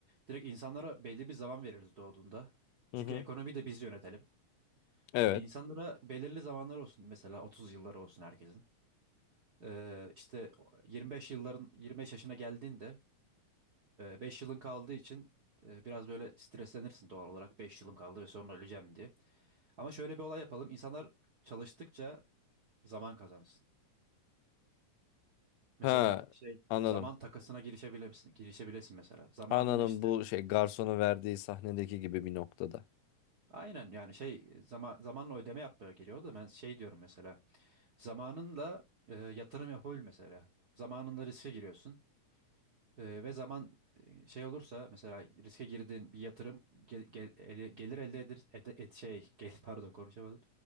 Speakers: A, on the right; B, on the left.
A: Direkt insanlara belli bir zaman veririz doğduğunda.
B: Hı
A: Çünkü
B: hı.
A: ekonomiyi de biz yönetelim.
B: Evet.
A: E, insanlara belirli zamanlar olsun mesela 30 yılları olsun herkesin. Ee, işte 25 yılların 25 yaşına geldiğinde Beş yılın kaldığı için e, biraz böyle streslenirsin doğal olarak 5 yılım kaldı ve sonra öleceğim diye. Ama şöyle bir olay yapalım. İnsanlar çalıştıkça zaman kazansın. Mesela
B: Ha
A: şey
B: anladım.
A: zaman takasına girişebilirsin, girişebilirsin mesela. Zamanını
B: Anladım
A: işte
B: bu şey garsonun verdiği sahnedeki gibi bir noktada.
A: aynen yani şey zaman zamanla ödeme yapmaya geliyor da ben şey diyorum mesela. Zamanınla e, yatırım yapabil mesela. Zamanınla riske giriyorsun. Ee, ve zaman e, şey olursa mesela riske girdiğin bir yatırım ge- ge- ele- gelir elde edir ede- et, şey <laughs> gel, pardon konuşamadım.